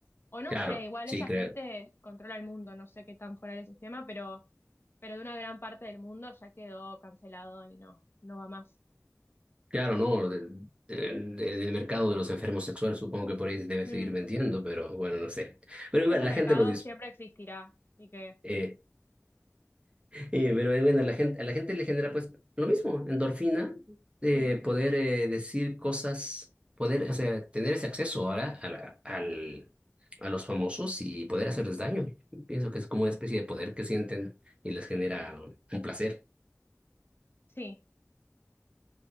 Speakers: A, on the left; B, on the right.
A: O no
B: claro,
A: sé, igual
B: sí,
A: esa
B: creo.
A: gente controla el mundo, no sé qué tan fuera del sistema, pero, pero de una gran parte del mundo ya quedó cancelado y no, no va más.
B: Claro, no, de- de- de- del mercado de los enfermos sexuales supongo que por ahí debe
A: Mm.
B: seguir vendiendo, pero bueno, no sé. Pero igual,
A: Ese
B: la
A: mercado
B: gente lo dice.
A: siempre existirá, así que
B: Eh, eh, pero eh, bueno, la gente, a la gente le genera pues lo mismo, endorfina, eh,
A: mm,
B: poder eh, decir cosas, poder, o sea, tener ese acceso ahora a la, al, a los famosos y poder hacerles daño. Pienso que es como una especie de poder que sienten y les genera un placer.
A: sí.